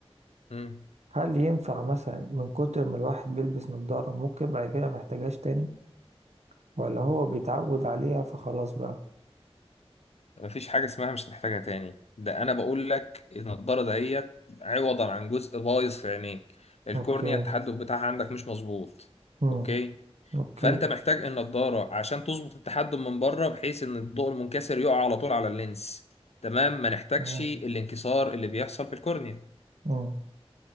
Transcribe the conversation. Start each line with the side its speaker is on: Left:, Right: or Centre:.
Left: امم
Right: هل ينفع مثلا من كتر ما الواحد بيلبس نظارة ممكن بعد كده ما يحتاجهاش تاني ولا هو بيتعود عليها فخلاص بقى
Left: مفيش حاجه اسمها مش هتحتاجها تاني ده انا بقول لك النضاره دهيت عوضا عن جزء بايظ في عينيك الكورنيا
Right: اوكي
Left: التحدب بتاعها عندك مش مظبوط
Right: امم
Left: اوكي
Right: اوكي
Left: فانت محتاج النضاره عشان تظبط التحجم من بره بحيث ان الضوء المنكسر يقع على طول على اللينس تمام ما نحتاجش
Right: تمام
Left: الانكسار اللي بيحصل في الكورنيا
Right: امم